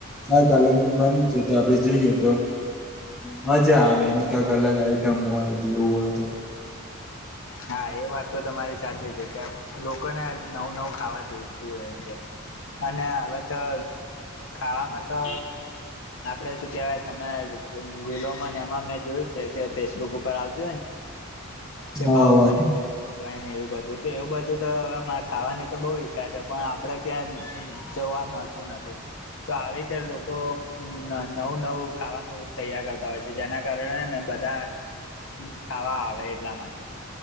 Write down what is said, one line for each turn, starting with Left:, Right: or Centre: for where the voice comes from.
Centre: આ અલગ બન્યું છે તો આપડે જઈએ તો મજા આવે એને કઈક અલગ આઈટમ હોય એવું હોય તો.
Left: હા એ વાત તો તમારી સાચી છે કે લોકોને નવું નવું ખાવા જોઈતું હોય કે. અને હવે તો ખાવામાં તો આપડે શું કેવાય તમે રીલોમાં ને એમાં મેં જોયું છે. કે ફેસબુક ઉપર આવ <unintelligible> કે
Centre: હોવે
Left: બાહુબલી
Centre: હોવે
Left: એવું બધું એવું બધું ખાવાની તો બહુ ઈચ્છા છે. પણ આપડે ક્યાં જોવા મળતું નથી. તો આવી રીતે લોકો નવું નવું ખાવાનું તૈયાર કરતા હોય છે. જેના કરણે ને બધા ખાવા આવે એટલા માટે.